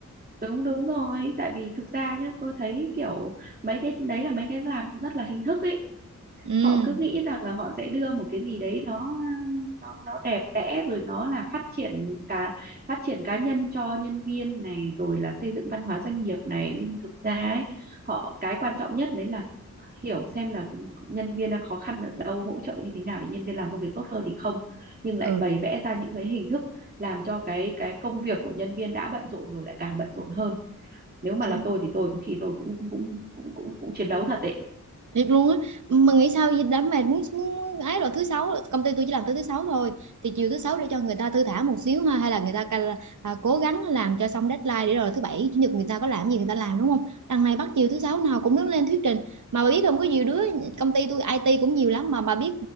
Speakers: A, on the right; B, on the right.
A: đúng đúng rồi tại vì thực ra nhá tôi thấy kiểu mấy cái đấy là mấy cái làm rất là hình thức ấy
B: ừ
A: họ cứ nghĩ rằng là họ sẽ đưa một cái gì đấy nó nó nó đẹp đẽ rồi nó là phát triển cả phát triển cá nhân cho nhân viên này rồi là xây dựng văn hóa doanh nghiệp này nhưng thực ra ấy họ cái quan trọng nhất đấy là hiểu xem là nhân viên đang khó khăn ở đâu hỗ trợ như thế nào để nhân viên làm công việc tốt hơn thì không nhưng lại
B: ừ
A: bày vẽ ra những cái hình thức làm cho cái cái công việc của nhân viên đã bận rộn rồi lại càng bận rộn hơn nếu mà
B: thì
A: là tôi thì tôi có khi tôi cũng cũng cũng cũng, cũng chiến đấu thật đấy
B: thiệt luôn á mà nghĩ sao vậy? đám mệt muốn, muốn ấy rồi thứ sáu công ty tôi chỉ làm tới thứ sáu thôi thì chiều thứ sáu để cho người ta thư thả một xíu ha hay là người ta ca- à, cố gắng làm cho xong deadline để rồi thứ bảy chủ nhật người ta có làm gì người ta làm đúng không đằng này bắt chiều thứ sáu nào cũng đứng lên thuyết trình mà bà biết không có nhiều đứa công ty tôi IT cũng nhiều lắm mà bà biết